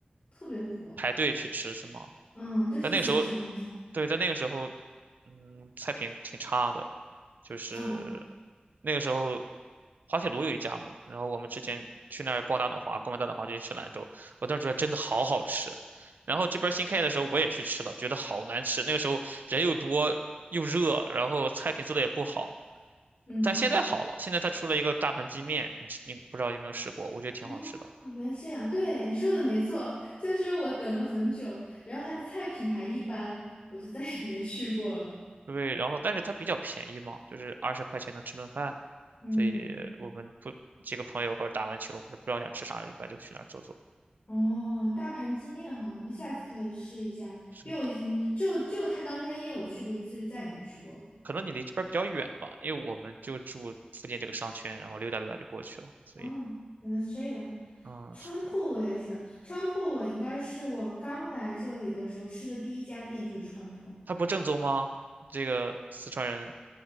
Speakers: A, on the left; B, on the right.
A: 特别火。
B: 排队去吃是吗？
A: 嗯，就是想尝一下。
B: 在那个时候，对，在那个时候，嗯，菜品挺差的，就是
A: 哦，
B: 那个时候滑铁卢有一家嘛，然后我们之前去那儿逛大脑滑，逛完大脑滑就去吃兰州，我当时觉得真的好好吃。然后这边新开业的时候我也去吃了，觉得好难吃。那个时候人又多又热，然后菜品做的也不好。
A: 嗯，
B: 但现在好了，现在它出了一个大盘鸡面，你吃你不知道有没有试过？我觉得挺好吃的。
A: 哦，原来是这样。对，你说的没错，就是我等了很久，然后它的菜品还一般，我就再也没去过了。
B: 对，然后但是它比较便宜嘛，就是二十块钱能吃顿饭，
A: 嗯，
B: 所以我们不几个朋友或者打完球或者不知道想吃啥，一般就去那儿坐坐。
A: 哦，大盘鸡面哈，那下次可以试一下，
B: 是
A: 因为我已经就就它刚开业我去过一次，就再也没去过了。
B: 可能你离这边儿比较远吧，因为我们就住附近这个商圈，然后溜达溜达就过去了。所以，
A: 哦，原来是这样。
B: 嗯，
A: 川铺我也是，
B: 是的，
A: 川铺我应该是我刚来这里的时候吃的第一家店就是川铺。
B: 他不正宗吗？这个四川人